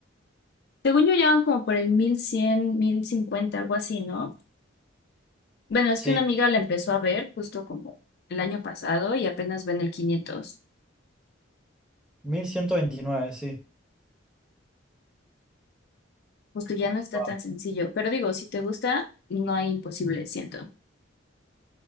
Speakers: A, on the left (about 55°); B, in the centre.
A: Según yo, llevan como por el mil cien mil cincuenta algo así, ¿no? Bueno, es
B: Sí,
A: que una amiga la empezó a ver justo como el año pasado y apenas ven el 500.
B: 1129, sí.
A: Justo ya no está
B: Wow.
A: tan sencillo. Pero digo, si te gusta, no hay imposible, siento.